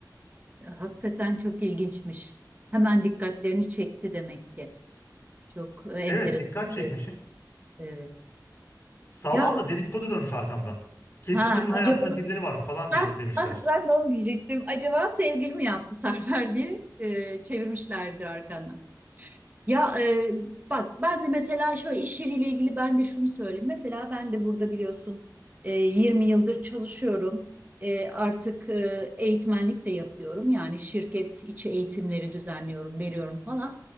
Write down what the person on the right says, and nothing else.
Hakikaten çok ilginçmiş. Hemen dikkatlerini çekti demek ki. Çok e, enteresan.
bu. Evet.
Ya
ha
acaba
ha
ha ben de onu diyecektim. Acaba sevgili mi yaptı Serper diye e, çevirmişlerdir arkandan. Ya e, bak ben de mesela şöyle iş yeriyle ilgili ben de şunu söyleyeyim. Mesela ben de burada biliyorsun e, 20 yıldır çalışıyorum. E, artık e, eğitmenlik de yapıyorum. Yani şirket içi eğitimleri düzenliyorum, veriyorum falan.